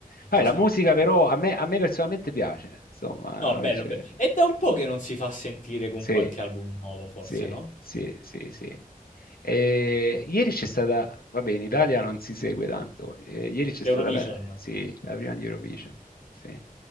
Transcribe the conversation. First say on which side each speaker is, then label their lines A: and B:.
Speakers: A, on the left (about 85°); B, on the left (about 60°).
A: Vabbè,
B: Eh,
A: la musica però a me, a me personalmente piace, insomma,
B: No,
A: invece-
B: bello, bello. È da un po' che non si fa sentire con
A: Sì,
B: qualche album nuovo, forse,
A: sì,
B: no?
A: sì, sì, sì. E ieri c'è stata, vabbè, in Italia non si segue tanto. eh, ieri c'è
B: L'Eurovision.
A: stata la, sì, la prima di Eurovision. Sì.